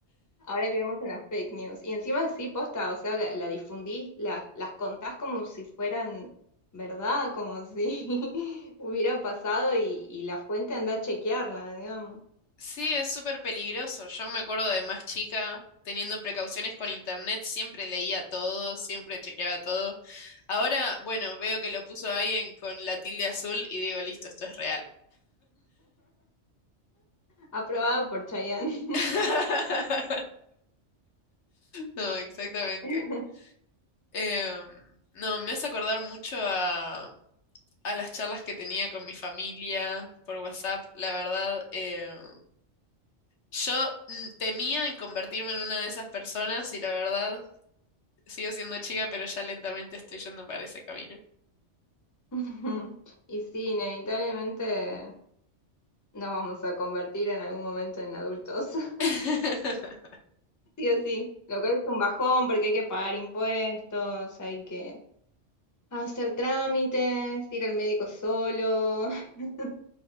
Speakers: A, on the left (about 20°); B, on the left (about 70°).
A: Ahora creemos en las fake news. Y encima sí, posta, o sea, la, la difundís, la- las contás como si fueran verdad, como si <laughs> hubiera pasado y, y la fuente anda a chequearla, digamos.
B: Sí, es súper peligroso. Yo me acuerdo de más chica, teniendo precauciones con internet, siempre leía todo, siempre chequeaba todo. Ahora, bueno, veo que lo puso alguien con la tilde azul y digo, listo, esto es real.
A: Aprobado por Chayanne.
B: <laughs> No, exactamente.
A: <laughs>
B: Em, no, me hace acordar mucho a, a las charlas que tenía con mi familia por WhatsApp. La verdad, em, yo mm, temía en convertirme en una de esas personas y la verdad Sigo siendo chica, pero ya lentamente estoy yendo para ese camino.
A: <laughs> Y sí, inevitablemente nos vamos a convertir en algún momento en adultos, <laughs>
B: <laughs>
A: sí o sí. Lo cual es un bajón porque hay que pagar impuestos, hay que hacer trámites, ir al médico solo. <laughs>